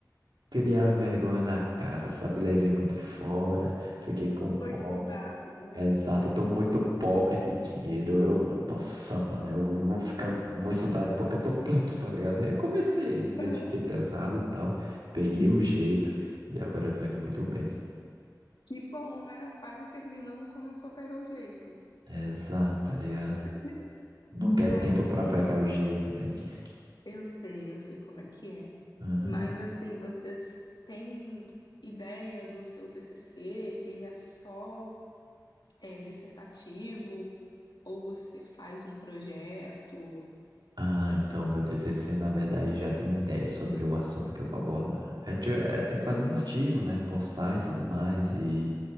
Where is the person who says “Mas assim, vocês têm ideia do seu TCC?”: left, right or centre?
Left